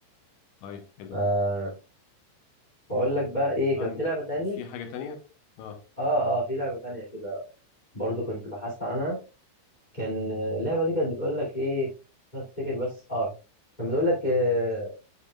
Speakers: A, on the left; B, on the left.
A: طيب حلو
B: آه
A: أوي.
B: بقول لك بقى ايه
A: عن...
B: كان في لعبه تاني
A: في حاجة تانية اه
B: اه اه في لعبه تانيه كده برضو كنت بحثت عنها كان اللعبه دي كانت بتقول لك ايه مش عارف افتكر بس اه كانت بتقول لك آه